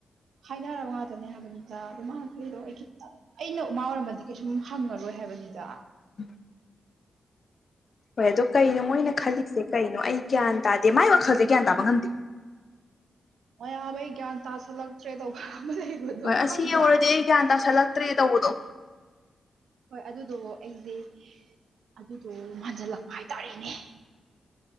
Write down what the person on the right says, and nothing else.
ꯍꯥꯏꯅꯔꯕ ꯉꯥꯛꯇꯅꯦ ꯍꯥꯏꯕꯅꯤꯗ ꯑꯗꯨꯝ ꯀꯗꯣ ꯑꯩ ꯈꯤꯇꯪ ꯑꯩꯅ ꯎꯃꯥ ꯑꯣꯏꯔꯃꯗꯤ ꯀꯩꯁꯨꯝ ꯍꯪꯉꯔꯣꯏ ꯍꯥꯏꯕꯅꯤꯗ
ꯃꯌꯥꯝ ꯑꯩ ꯒ꯭ꯌꯥꯟ ꯇꯥꯥꯁꯜꯂꯛꯇ꯭ꯔꯦ ꯇꯧꯕ ꯑꯃ ꯂꯩꯕꯗꯣ
ꯈꯪꯕ꯭ꯔꯥ
ꯍꯣꯏ ꯑꯗꯨꯗ ꯑꯩꯁꯦ ꯑꯗꯨꯗꯣ ꯃꯥꯟꯖꯜꯂꯛꯄ ꯍꯥꯏꯇꯥꯔꯦꯅꯦ